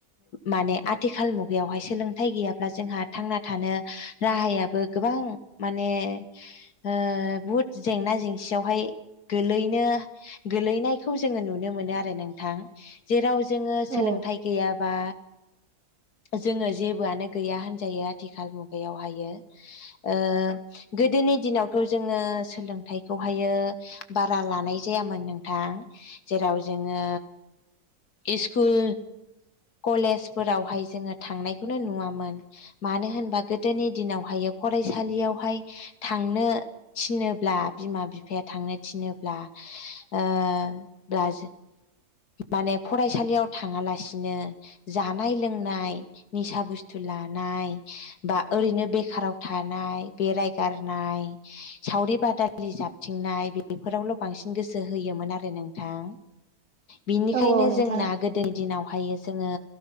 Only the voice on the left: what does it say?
माने आथिखाल मुगायावहाय सोलोंथाइ गैयाब्ला जोंहा थांना थानो राहायाबो गोबां माने बहुद जेंना जेंसियावहाय गोलैनो गोलैनायखौ जोङो नुनो मोनो आरो नोंथां जेराव जोङो सोलोंथाइ
गैया बा जोङो जेबोआनो गैया होनजायो आथिखाल मुगायावहायो ओ गोदोनि दिनावथ जोङो सोलोंथाइखौहायो बारा लानाय जायामोन नोंथां। जेराव जोङो इस्कुल कलेजफोरावहाय जोङो थांनायखौनो नुवामोन मानो होनबा गोदोनि दिनावहाय फरायसालियाव हाय थांनो थिनोब्ला बिमा बिफाया थांनो थिनोब्ला ओ माने फरायसालियाव थाङालासे नो जानाय लोंनाय निसा बुस्थु ला नाय बा ओरैनो बेखाराव थानाय बेरायगारनाय सावरि बादालि जाबथिंनाय बेफोरावल बांसिन गोसो होयोमोन आरो नोंथां। बिनिखायनो
जोंना गोदोनि दिनाव हायो जोङो